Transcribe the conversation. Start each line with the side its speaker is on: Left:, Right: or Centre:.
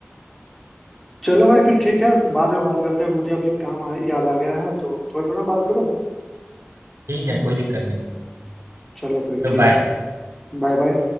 Centre: चलो भाई फिर ठीक है बाद में बात करते हैं मुझे अभी एक काम आ, याद आ गया है तो थोड़ी देर में बात करूँ
Right: ठीक है कोई दिक्कत नहीं
Centre: चलो फिर
Right: तो
Centre: ठीक
Right: बाय
Centre: है Bye bye